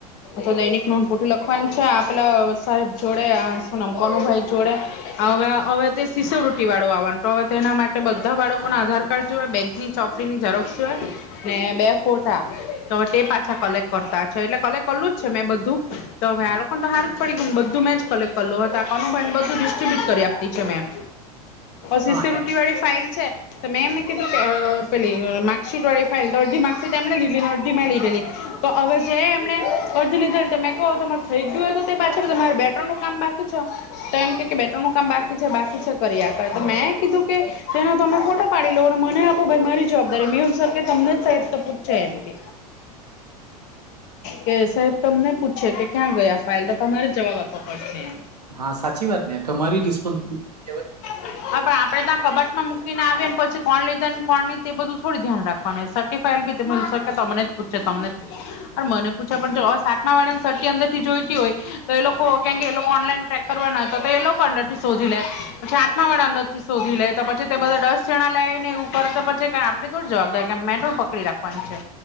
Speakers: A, on the left; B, on the right.
A: તો દૈનિક નોંધ પૂઠ લખવાની છે આપેલા સાહેબ જોડેોમ કનુભાઈ જોડે. હવે હવે તે શિસવૃતિ વાળું આવવાનું તો હવે તેના માટે બધા બાળકો ના આધાર કાર્ડ જોવે બેંક ની ચોપડી ની ઝેરોક્ષ જોઈએ. ને બે ફોટા તો તે પાછા કલેક્ટ કરતા છે એટલે કલેક્ટ કલું જ છે મેં બધું તો હવે
B: હા
A: આ તો સારું ફડી ગને બધું મેં જ કલેક કરલ કનુ ભાઈને બધું ડિસ્ટ્રીબ્યુટ કરી આપતી છે મેમ શીશ
B: હા
A: રુટી
B: એ
A: વાળી ફાઇલ છે. તો મેમ નને કીધુ પલી મા્ક શિટ એ ફાઈલ તો અરધી માક શીટ અરધી મે લીધેરી. તો હવે જે એમણે અરજી લીધેલ તમે કહુ તમાર થઈ ગયું હોય તો તે પાછળ તમારે બેગરાઉડ નું કામ બાકી છે. તો એમ કે બે ત્રણ કામ બાકી છે બાકી છે કરી આ કર તો મેં કીધું કે તેનો તમે ખોટો પાડે લ અને મને આપો ભાઈ મારી જવાબદારી મેંહુલ સાહેબ કે તમને જ સાહ તો પૂછાય એમ કે કે સાહેબ તમને પૂછે કે ક્યાં ગયા ફાઇલ તો તમારે જવાબ આપવા પડશે.
B: હા સાચી વાત ને તમારી રિસ્પોન્સિબિલિટી કેવાય.
A: હા પણ આપડે ત્યાં કબાટમાં મૂકીને આવીએને પછી કોણ લીધે ને કોણ તે બધું થોડી ધ્યાન રાખવાનું. સિટી ફાઈલ તમને પૂછે તમને પુછે મને પૂછ પણ જો સાતમા વાળાને સર્ટ અંદર થી જોઈતી હોય તો એ લોકો કેમ કે એ લોકો ઓનલાઈન ટ કરવાના હોય તો તે એ લોકો અંદર થી શોધી પછી આઠમા વાળા અંદર થી શોધી લે તો પછી તે બધા દસ દક્ષણા લેઈ ને એવું કરે તો પછી આપે થોડી જવાબદાર કે મેટોર પકડી રાખવાની છે.